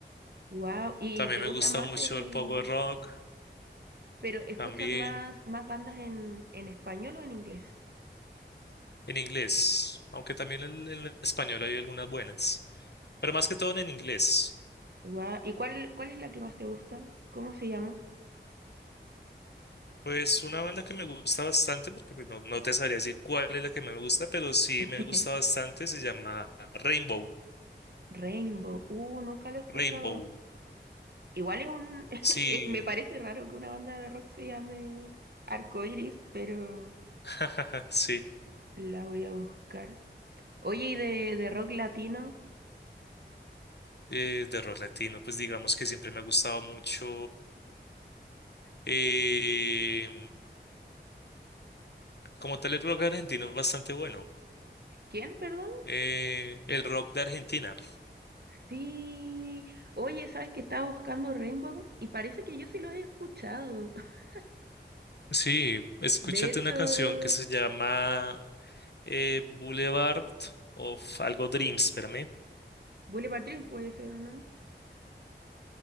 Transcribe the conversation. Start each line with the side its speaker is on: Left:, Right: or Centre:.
Right: wow. ¿Y
Left: También
Right: te
Left: me
Right: gusta
Left: gusta
Right: más
Left: mucho
Right: el,
Left: el power rock,
Right: pero escuchas
Left: también
Right: más, más bandas en, en español o en inglés?
Left: en inglés. Aunque también el- en español hay algunas buenas. Pero más que todo en inglés.
Right: Guau, ¿Y cuál, cuál es la que más te gusta? ¿Cómo se llama?
Left: Pues una banda que me gusta bastante, porque pues, no, no te sabría decir cuál es la que más me gusta, pero sí
Right: <laughs>
Left: me gusta bastante, se llama Rainbow.
Right: Rainbow. Uh, nunca lo he escuchado.
Left: Rainbow.
Right: Igual es un... <laughs>
Left: Sí,
Right: eh, Me parece raro que una banda de rock se llame Arcoiris, pero
Left: <laughs> sí.
Right: la voy a buscar. Oye, ¿y de, de rock latino?
Left: eh, de rock latino, pues digamos que siempre me ha gustado mucho. eh, como tal, el rock argentino es bastante bueno.
Right: ¿Quién, perdón?
Left: Eh, el rock de Argentina.
Right: Sí. Oye, ¿sabes que estaba buscando Rainbow? Y parece que yo sí los he escuchado. <laughs>
Left: Sí, escúchate
Right: De hecho,
Left: una canción que se llama eh, Boulevard of algo Dreams, espérame.
Right: Bullet Park Dream puede ser, ¿o no?